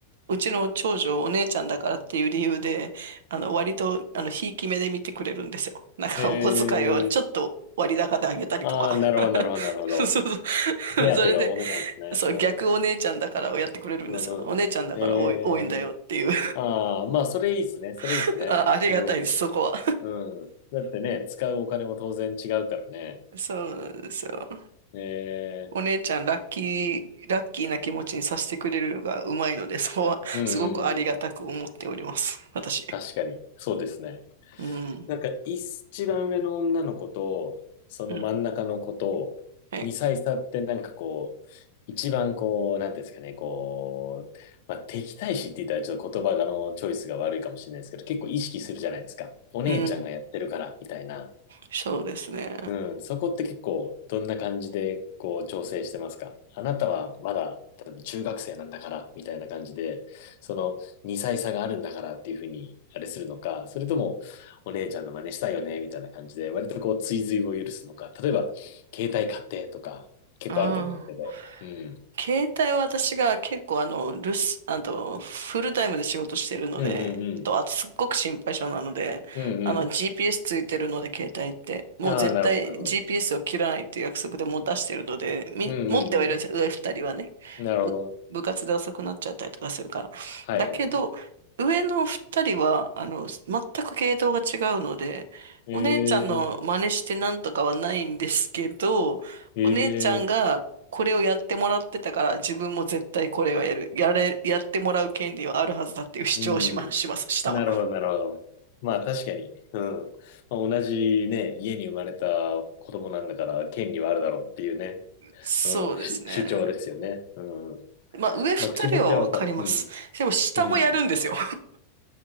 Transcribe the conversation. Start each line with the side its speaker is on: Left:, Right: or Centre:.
Right: うちの長女、お姉ちゃんだからっていう理由で、あの、割と、あの、ひいき目で見てくれるんですよ。なんか、
Left: え
Right: お小遣いをちょっと割高であげたりとか。
Left: ー、ああ、なるほど、なるほど、なるほど。
Right: <laughs> そうそう。
Left: 手当てが多めなんですね。
Right: それで、そう、
Left: うん。
Right: 逆お姉ちゃんだからをやってくれるんですよ。
Left: うんうん。
Right: お姉ちゃんだから多い、
Left: えー
Right: 多いんだよっていう。
Left: ああ、まあ、それいいっすね。それいいっすね。
Right: <laughs> あ、ありがたいです、
Left: うん。
Right: そこは。
Left: うん。だってね、使うお金も当然違うからね。
Right: そうなんですよ。
Left: うん。
Right: お姉ちゃん、
Left: ええ
Right: ラッキー、ラッキーな気持ちにさせてくれるのがうまいので、そこは、
Left: うんうんうん。
Right: すごくありがたく思っております。私。
Left: 確かに。そうですね。
Right: うん。
Left: なんか、一番上の女の子と、その真ん中の子と、
Right: うん。はい。
Left: 2歳差ってなんかこう、一番こう、なんていうんですかね、こう、まあ、敵対視って言ったらちょっと言葉がのチョイスが悪いかもしれないですけど、結構意識するじゃないですか。お姉ちゃんがやってるから、
Right: うん。
Left: みたいな。
Right: そうですね。
Left: うん、そこって結構どんな感じでこう調整してますかあなたはまだ多分中学生なんだからみたいな感じで、その2歳差があるんだからっていうふうにあれするのか、それともお姉ちゃんの真似したいよねみたいな感じで割とこう追随を許すのか、例えば携帯買ってとか結構あると思うんですけど、
Right: ああ。
Left: うん。
Right: 携帯は私が結構あの、留守、あと、フルタイムで仕事してるので、
Left: うんうんうん。
Right: と、あとすっごく心配性なので、
Left: うん
Right: あの、GPS ついてるので、携帯って。もう絶対
Left: うん。ああ、なるほどなるほど。
Right: GPS を切らないっていう約束でもう出してるので、みん、
Left: うんうん
Right: 持ってはいるんですよ、上二人はね。
Left: うん。なるほど。
Right: 部、部活で遅くなっちゃったりとかするから。
Left: はいはいはい。
Right: だけど、上の二人は、あの、全く系統が違うので、
Left: ええ
Right: お姉ちゃんの真似してなんとかはないんですけど、
Left: ええ
Right: お姉ちゃんが、これをやってもらってたから自分も絶対これをやる、やれ、やってもらう権利はあるはずだっていう主張をしま、
Left: うん。
Right: します、下は。
Left: なるほど、なるほど。まあ確かに。うん。まあ、同じね、家に生まれた子供なんだから権利はあるだろうっていうね。
Right: そうですね。
Left: うん。し主張ですよね。うん。
Right: まあ上二人はわかります。
Left: まあ気持ちはわかる。うん。
Right: でも下もやるんですよ。
Left: うん。